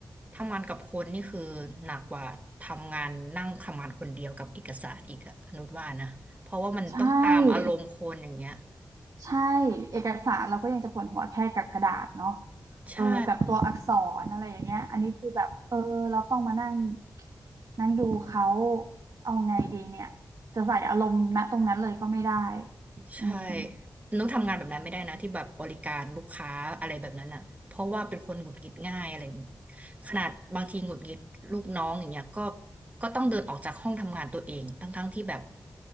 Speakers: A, on the right; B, on the right.
A: ทำงานกับคนนี่คือหนักกว่าทำงานนั่งทำงานคนเดียวกับเอกสารอีกอะอนุชว่านะเพราะว่ามันต้องตามอารมณ์คนอย่างเงี้ย
B: ใช่ใช่เอกสารเราก็ยังจะปวดหัวแค่กับกระดาษเนาะ
A: ใช่
B: เออกับตัวอักษรอะไรอย่างเงี้ยอันนี้คือแบบเออเราต้องมานั่งนั่งดูเขาเอาไงดีเนี่ยจะใส่อารมณ์ณตรงนั้นเลยก็ไม่ได้
A: ใช่
B: อืม
A: นุ๊กทำงานแบบนั้นไม่ได้นะที่แบบบริการลูกค้าอะไรแบบนั้นอ่ะเพราะว่าเป็นคนหงุดหงิดง่ายอะไรอย่างงี้ขนาดบางทีหงุดหงิดลูกน้องอย่างเงี้ยก็ก็ต้องเดินออกจากห้องทำงานตัวเองทั้งๆที่แบบ